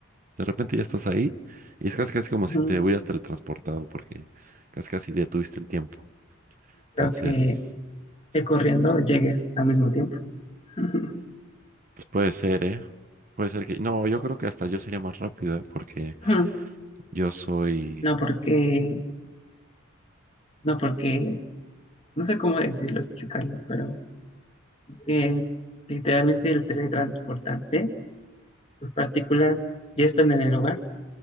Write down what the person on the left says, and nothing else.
ujú,
Creo que, que corriendo
llegues al mismo tiempo. <laughs>
Ujú.
No porque, no porque, no sé cómo decirlo, explicarlo, pero es que literalmente el teletransportante, tus partículas ya están en el lugar